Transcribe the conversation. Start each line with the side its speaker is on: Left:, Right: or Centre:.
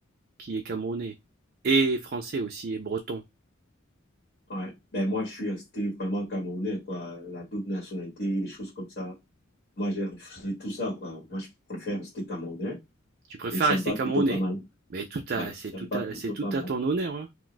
Right: qui est camerounais. Et français aussi, et breton.
Left: Ouais. Ben, moi, je suis resté vraiment camerounais, quoi. La double nationalité, les choses comme ça. Moi, j'ai refusé tout ça, quoi. Moi, je préfère rester camerounais
Right: tu préfères
Left: et ça
Right: rester
Left: me va
Right: camerounais.
Left: plutôt pas mal.
Right: Mais tout
Left: Ouais,
Right: c'est
Left: ça
Right: tout
Left: me va plutôt
Right: c'est tout
Left: pas mal.
Right: à ton honneur. hein.